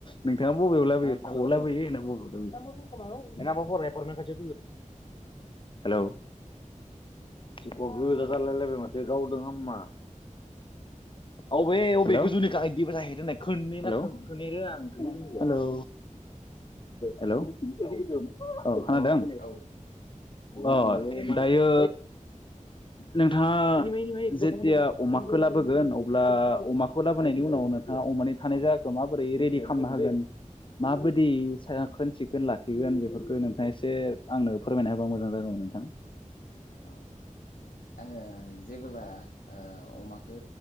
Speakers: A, on the left; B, on the left.
A: नोंथाङा बबेयाव लाबोयो खआव लाबोयो ना बबेयाव लाबोयो? नाबा फरायनाय फराय खाथि हेलौ गोजा जालायलायबाय माथो गावदों हा अबेबेनि जाह खो आं हेलौ हेऔ औ खोनादों
B: औ
A: अ दायो नोंथाङा जेथिया अमाखौ लाबोगोन अब्ला अमाखौ लाबोनायनि उनाव नोंथाङा अमानि थानाय जायाखखौ माबोरै रेडि खालामनो हागोन? माबायदि <unintelligible> खोन लाखिगोन बेफोरखौ नोंथाङा एसे आंनो फोरमायना होबा मोजां जागौमोन नोंथां।
B: औ आंङो जेबोला ओ अमाखो